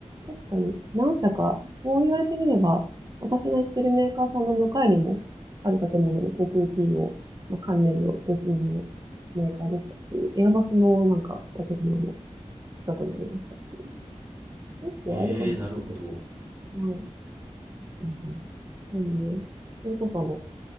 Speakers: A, on the right (about 30°); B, on the right (about 15°).
A: 確かに、何社か、そう言われてみれば、私が行ってるメーカーさんの向かいにも、ある建物の航空機の、まあ、関連の部品のメーカーでしたし、エアバスのなんか建物も近くにありましたし、結構あるかもしれないです。
B: ええ、なるほど。
A: はい。うんうんなので、それこそあの、機